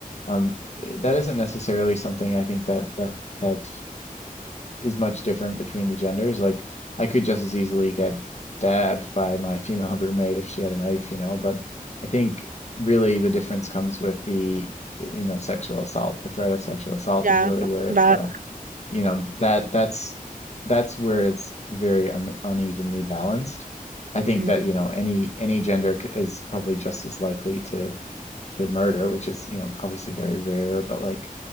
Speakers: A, on the left (about 50°); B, on the right (about 65°).
A: um, eh, that isn't necessarily something I think that that that is much different between the genders. Like I could just as easily get stabbed by my <laughs> female roommate if she had a knife, you know, but I think really the difference comes with the, you know, sexual assault. The threat of sexual assault
B: Yeah,
A: is really where it,
B: that.
A: uh, you know, that that's that's where it's very un unevenly balanced. I think
B: Mhm.
A: that, you know, any any gender c- is probably just as likely to to murder, which is, you know, obviously very rare, but like